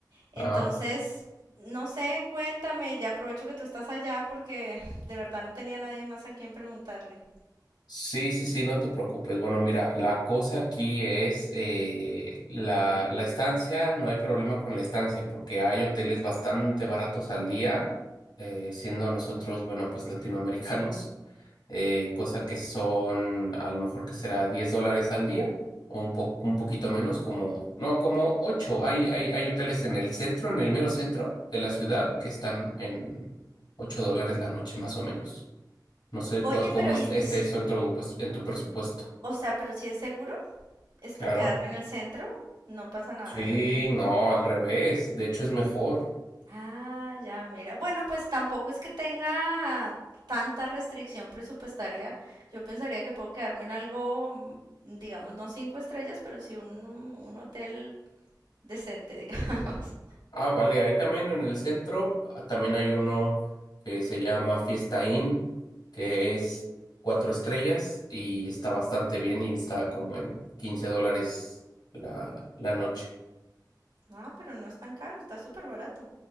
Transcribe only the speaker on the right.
Entonces,
no sé, cuéntame, ya aprovecho que tú estás allá porque <laughs> de verdad no tenía nadie más a quien preguntarle.
Oye,
pero y-
y si-
o sea, pero si es seguro está
quedarme en el centro, no pasa nada,
no.
Ah, ya, mira. Bueno, pues tampoco es que tenga tanta restricción presupuestaria. Yo pensaría que puedo quedarme en algo, mm, digamos, no cinco estrellas, pero sí un, un hotel decente, <laughs> digamos.
No, pero no es tan caro, está súper barato.